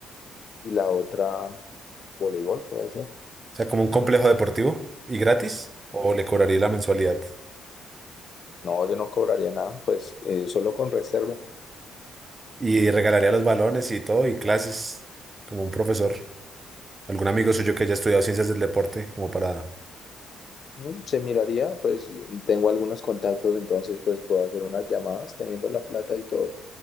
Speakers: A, on the left; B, on the right.
A: y la otra voleibol, puede ser.
B: O sea, como un complejo deportivo y gratis, o le cobraría la mensualidad
A: No, yo no cobraría nada, pues eh, solo con reserva.
B: y regalaría los balones y todo, y clases, como un profesor, algún amigo suyo que haya estudiado ciencias del deporte, como para...
A: Mm, Se miraría, pues tengo algunos contactos, entonces pues puedo hacer unas llamadas teniendo la plata y todo.